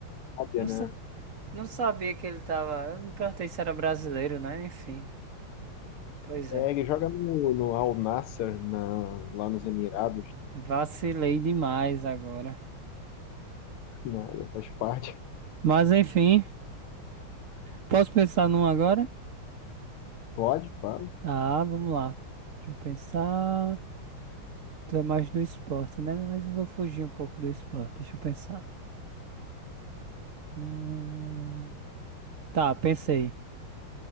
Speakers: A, on the left; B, on the right.
A: Sabia,
B: Não,
A: né?
B: sa- não sabia que ele tava. Eu não perguntei se era brasileiro, né? Enfim, pois
A: É,
B: é.
A: ele joga no, no Al Nassr, na, lá nos Emirados. <laughs>
B: Vacilei demais agora.
A: Né? Faz parte.
B: Mas enfim, posso pensar num agora?
A: Pode, claro.
B: Tá, vamos lá. Deixa eu pensar. Tu é mais do esporte, né? Mas eu vou fugir um pouco do esporte. Deixa eu pensar. Hum, Tá, pensei.